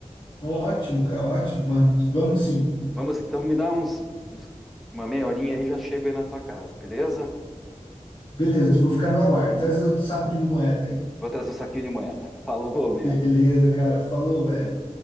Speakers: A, on the left (about 40°); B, in the centre.
A: Ótimo, cara. Ótimo. Marcos. Vamos sim.
B: Vamos, então, me dá uns, uns- uma meia horinha aí, já chego aí na tua casa, beleza?
A: Beleza, vou ficar no aguardo. Traz o saco de moeda aí.
B: Vou trazer o saquinho de moeda. <laughs> Falou,
A: Beleza,
B: man.
A: cara. Falou, velho.